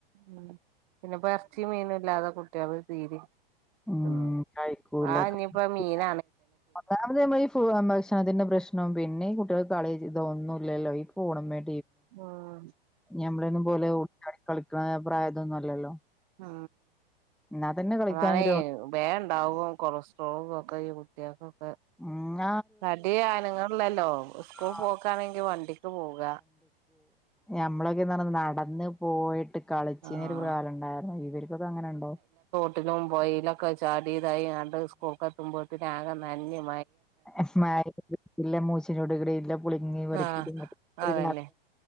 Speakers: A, on the right; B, in the centre.
A: മ്മ് പിന്നെ ഇപ്പോ ഇറച്ചി മീനും ഇല്ലാതെ കുട്ടിയാള് തീരെ
B: ഉം
A: ആം
B: കഴിക്കൂല
A: ആ ഇനിപ്പ മീന
B: ഒന്നാമത് ഈ ഭക്ഷണത്തിന്റെ പ്രശ്നവും പിന്നെ കുട്ടികൾ കളേയെ ചെയിത ഇതൊന്നുല്ലലോ ഈ ഫോണുമെ
A: ആഹ
B: ഞമ്മളൊന്നും പോലെ ഓടി കളിക്കുന്ന പ്രായതൊന്നും അല്ലല്ലോ
A: ആ
B: എന്നാ കളിക്കാൻ
A: തന്നെ
B: ഗ്രൗണ്ട്
A: വേഗം ഉണ്ടാവും കൊളസ്ട്രോൾ <unintelligible>
B: മ്മ്
A: തടി അനങ്ങാനില്ലാലോ സ്കൂൾ
B: കുട്ടികള്
A: പോക്കാണെങ്കി വണ്ടിക്ക് പോക
B: ഞമ്മളൊക്കെന്ത നടന്ന് പോയിട്ട് കളിച്ചീന്ന
A: ആഹ്
B: ഒരു കാലംണ്ടായിരുന്നു ഇവർക്കൊക്കെ അങ്ങനെയുണ്ടോ
A: തൊട്ടിലും പോയിലൊക്കെ ചാടിയതായി കണ്ട് സ്കൂൾക്കെ എത്തുമ്പോഴേത്തന ആകെ നഞ്ഞും
B: മ്ഹ് മാങ്ങോം <unintelligible> പുളിങ്ങി പറച്ച്
A: ആഹ്
B: തിന്നും <unintelligible> അത്
A: അതന്നെ